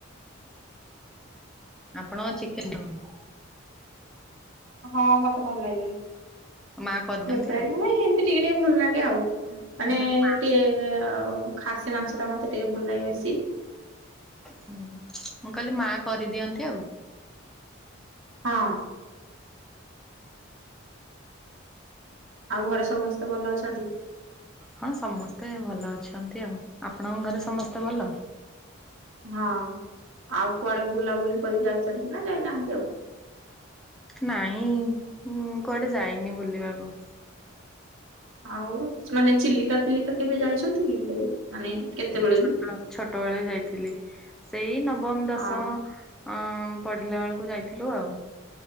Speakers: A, in the centre; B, on the right.
A: ଆପଣ ଚିକେନ ଖାଉନ।
B: ହଁ ମତେ ଭଲ ଲାଗେ।
A: ମା କରିଦିଅନ୍ତି
B: ହେତେ
A: ଆଉ।
B: ନୁହେଁ ଏନ୍ତି ଟିକେ ଟିକେ ଭଲ ଲାଗେ ଆଉ ମାନେ
A: ମୁଁ କହିଲି
B: ଟିକେ ଆଉ ଖାସି ମାଂସ ଟା ମତେ ଟିକେ ଭଲ ଲାଗେ ବେଶୀ।
A: ହୁଁ ମୁଁ କହିଲି ମାଆ କରିଦିଅନ୍ତି ଆଉ।
B: ହଁ। ଆଉ ଘରେ ସମସ୍ତେ ଭଲ ଅଛନ୍ତି।
A: ହଁ ସମସ୍ତେ ଭଲ ଅଛନ୍ତି ଆଉ ଆପଣଙ୍କ ଘରେ ସମସ୍ତେ ଭଲ।
B: ହଁ ଆଉ କୁଆଡେ ବୁଲାବୁଲି କରି ଯାଇଚନ୍ତି ନା ଯାଇନାହାନ୍ତି ଆଉ।
A: ନାଇଁ କୁଆଡେ ଯାଇନି ବୁଲିବାକୁ।
B: ଆଉ ମାନେ ଚିଲିକା ଫିଲିକା କେବେ ଯାଇଛନ୍ତି କି କେବେ। ମାନେ କେତେବେଳେ
A: ମୁଁ ଛୋଟୋ
B: ବି?
A: ଛୋଟୋବେଳେ ଯାଇଥିଲି ସେଇ ନବମ ଦଶମ
B: ହଁ
A: ଅଁ ପଢିଲା ବେଳୁକୁ ଯାଇଥିଲୁ ଆଉ।